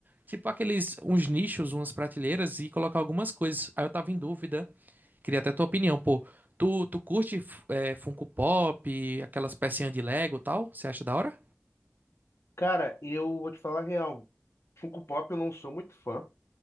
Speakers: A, on the right (about 40°); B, on the left (about 70°).
A: tipo, aqueles, uns nichos, umas prateleiras e colocar algumas coisas. Aí eu tava em dúvida. Queria até tua opinião, pô. Tu, tu curte, f- é, Funko Pop, aquelas pecinhas de Lego e tal? Você acha da hora?
B: Cara, eu vou te falar a real. Funko Pop eu não sou muito fã.